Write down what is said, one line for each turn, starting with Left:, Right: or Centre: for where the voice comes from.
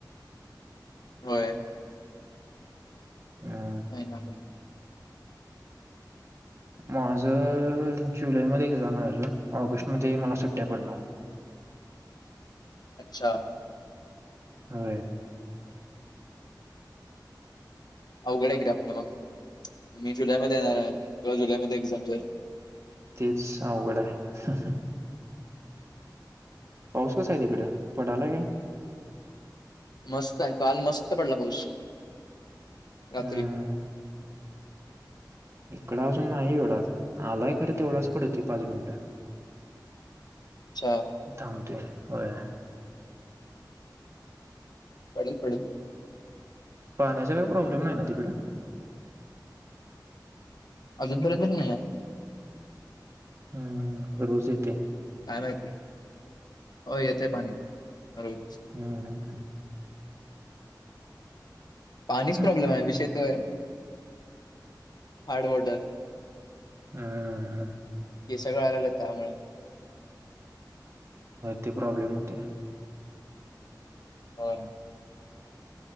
Left: होय
Right: हम्
Left: महिनाभर
Right: माझ जुलैमध्ये एक्झाम आहे अजून ऑगस्टमध्येध्ये मला सुट्ट्या पडणार
Left: अच्छा
Right: हो
Left: अवघड आहे कि आपलं मग मी जुलै म येणार आहे त जुलै म एक्झाम झाली
Right: तेच अवघड आहे पाऊस कसा आहे तिकड पडलाय का
Left: मस्त आहे काल मस्त पडला पाऊस रात्री
Right: हम्म इकड अजून नाही एवढाच आलाय खर तेवढाच पड होती पाच मिनिट
Left: अच्छा
Right: थमते होय
Left: पडल, पडल
Right: पाण्याचा काय प्रॉब्लेम नाही ना तिकडं
Left: अजून पर्यंत तरी नाही या
Right: हम्म रोज येते
Left: काय माहिती हो येते पाणी रोज
Right: ह, ह, ह
Left: पाणीच
Right: हम्म
Left: प्रॉब्लेम आहे विषय त आहे हार्ड वॉटर
Right: हम्, हम
Left: हे सगळं आलेलं त्यामुळे
Right: ते प्रॉब्लेम होते
Left: हो